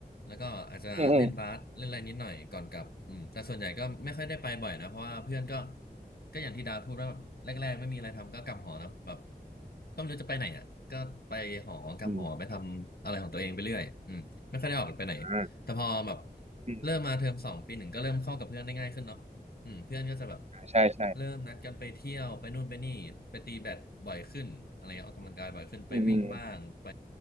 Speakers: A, on the left; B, on the right.
A: แล้วก็อาจจะเล่นบาสเล่นอะไรนิดหน่อยก่อนกลับอืมแต่ส่วนใหญ่ก็ไม่ค่อยได้ไปบ่อยนะเพราะว่าเพื่อนก็
B: อืมอืม
A: ก็อย่างที่ดาพูดว่าแรกๆไม่มีอะไรทำก็กลับหอเนาะแบบก็ไม่รู้จะไปไหนอ่ะก็ไปหอกลับหอไปทำอะไรของตัวเองไปเรื่อยอืมไม่ค่อยได้ออกไปไหนแต่พอแบบ
B: อืมอ่าอืม
A: เริ่มมาเทอมสองปีหนึ่งก็เริ่มเข้ากับเพื่อนได้ง่ายขึ้นเนาะ อืมเพื่อนก็จะแบบ
B: อ่าใช่ใช่
A: เริ่มนัดกันไปเที่ยวไปนู่นไปนี่ไปตีแบดบ่อยขึ้นอะไรเงี้ยออกกำลังกายบ่อยขึ้นไปวิ่งบ้างไป
B: อืมอืม